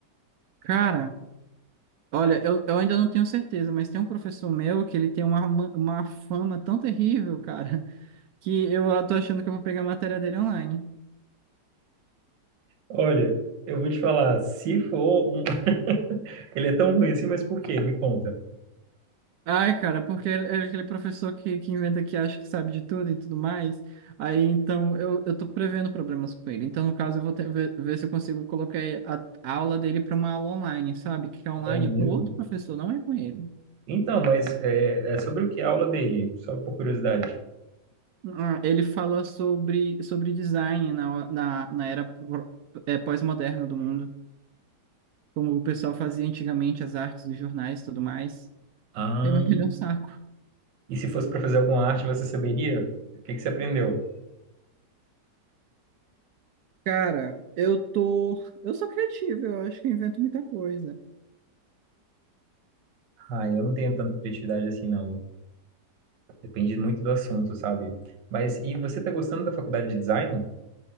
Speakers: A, on the right (about 70°); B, on the right (about 85°).
A: Cara, olha, eu, eu ainda não tenho certeza, mas tem um professor meu que ele tem uma, ma- uma fama tão terrível, cara, <laughs> que eu tô achando que eu vou pegar a matéria dele online.
B: Olha, eu vou te falar, se for um. <laughs> Ele é tão ruim assim, mas por quê? Me conta.
A: Ai, cara, porque ele- é aquele professor que, que inventa que acha que sabe de tudo e tudo mais. Aí, então, eu, eu tô prevendo problemas com ele. Então, no caso, eu vou ter- ver, ver se eu consigo colocar a, a aula dele para uma aula online, sabe? Que é online
B: É mesmo?
A: é com outro professor, não é com ele.
B: Então, mas é, é sobre o que a aula dele? Só por curiosidade.
A: Ah, Ele fala sobre, sobre design na, na, na era pró- é, pós-moderna do mundo. Como o pessoal fazia antigamente, as artes os jornais e tudo mais.
B: Ah,
A: É, mas Ele é um saco.
B: e se fosse para fazer alguma arte, você saberia? O que que você aprendeu?
A: Cara, eu tô. Eu sou criativo, eu acho que eu invento muita coisa.
B: Ah, eu não tenho tanta criatividade assim, não. Depende muito do assunto, sabe? Mas e você tá gostando da faculdade de design?